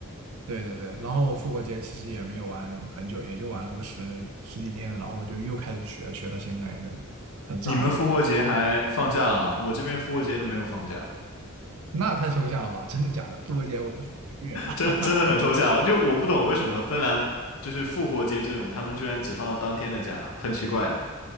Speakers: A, on the right; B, on the left.
A: 对对对，然后复活节其实也没有玩很久，也就玩了个十十几天，然后就又开始学，学到现在那种很炸裂。
B: 你们复活节还放假了，我这边复活节都没有放假，
A: 那太抽象了吧？<laughs> 真的假的？复活节我是个月啊，
B: 真真的很抽象。就我不懂为什么芬兰就是复活节这种，他们居然只放当天的假，很奇怪啊。